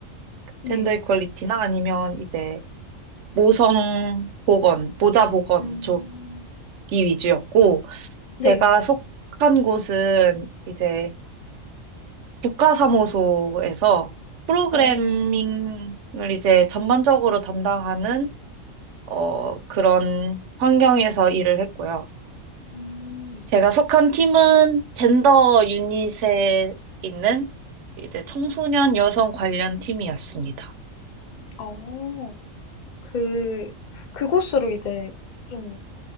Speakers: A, on the left; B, on the right.
A: 네.
B: 젠더 이퀄리티나 아니면 이제 모성 보건, 모자 보건
A: 음,
B: 위주였고,
A: 네.
B: 제가 속한 곳은 이제 국가사무소에서 프로그래밍을
A: 어,
B: 이제 전반적으로 담당하는, 어, 그런 환경에서 일을 했고요.
A: 음,
B: 제가 속한 팀은 젠더 유닛에 있는 이제 청소년 여성 관련 팀이었습니다.
A: 어, 그, 그곳으로 이제 좀